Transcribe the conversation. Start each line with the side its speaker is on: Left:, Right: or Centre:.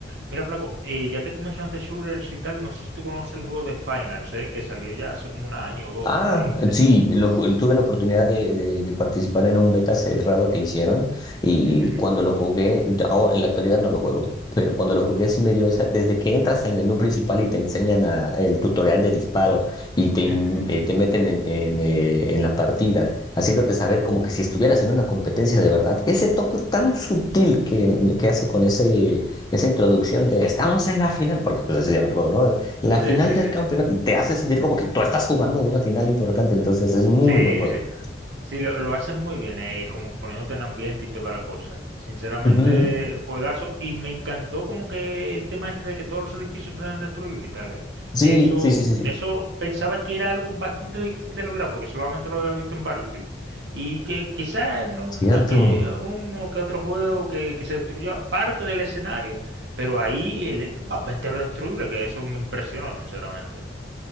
Right: Mira, flaco, eh, ya que tú mencionaste shooters y tal, no sé si tú conoces el juego de Finals, eh, que salió ya hace como un año o dos.
Left: Ah,
Right: eh, y te-
Left: sí, lo ju- tuve la oportunidad de, de- de participar en un beta cerrado que hicieron y
Right: Ujú,
Left: cuando lo jugué, ahora en la actualidad no lo juego, pero cuando lo jugué sí me dio esa, desde que entras al menú principal y te enseñan a- el tutorial de disparo y te, in-
Right: ujú,
Left: eh, te meten en, en, eh, en la partida, haciéndote saber
Right: ujú, ujú.
Left: como que si estuvieras en una competencia de verdad, ese toque tan sutil que, que hace con ese, esa introducción de estamos en la final, porque pues así se llama el juego, ¿no? La final
Right: Sí, sí,
Left: del
Right: sí,
Left: campeonato
Right: sí.
Left: te hace sentir como que tú estás jugando una final importante, entonces es muy
Right: Sí,
Left: buen juego.
Right: sí. Sí, lo, lo hacen muy bien, eh, como que poniéndote en ambiente y toda la cosa. Sinceramente,
Left: Ujú, ujú.
Right: juegazo. Y me encantó como que el tema este de que todos los edificios eran destruibles y tal, ¿eh?
Left: Sí,
Right: Que eso,
Left: sí, sí, sí, sí.
Right: de eso pensaba que era algo bastante difícil de lograr, porque solamente lo había visto en Battlefield. Y que quizás en un,
Left: Cierto.
Right: aquel- uno que otro juego que, que se destruyó parte del escenario, pero ahí el, el mapa entero es destruible, que eso me impresionó, sinceramente.